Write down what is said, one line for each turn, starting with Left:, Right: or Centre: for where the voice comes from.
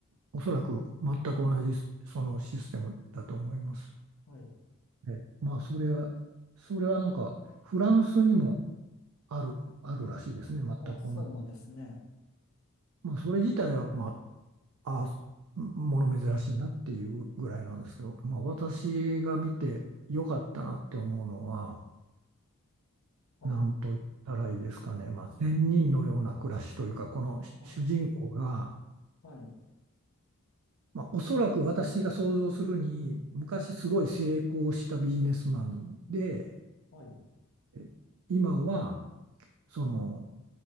Right: おそらく全く同じそのシステムだと思います。
Left: はい。
Right: ええ、まあ、それは、それはなんか、フランスにもある、あるらしいですね。全く同じ。
Left: あ、そうなんですね。
Right: まあ、それ自体は、まあ、あ、もの珍しいなっていうぐらいなんですけど、まあ、私が見てよかったなって思うのは、
Left: はい。
Right: なんと言ったらいいですかね。まあ、仙人のような暮らしというか、この主主人公が、
Left: あはい。
Right: まあ、おそらく私が想像するに、昔すごい成功したビジネスマンで、
Left: はい。
Right: え今はその